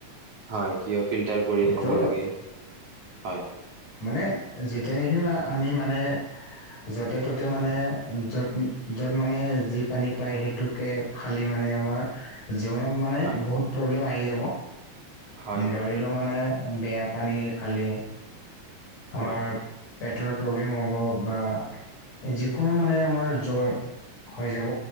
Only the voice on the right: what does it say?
হয় কিয় ফিল্টাৰ কৰি
খাব লাগে হয়?
হয়
হয় হয়
হয়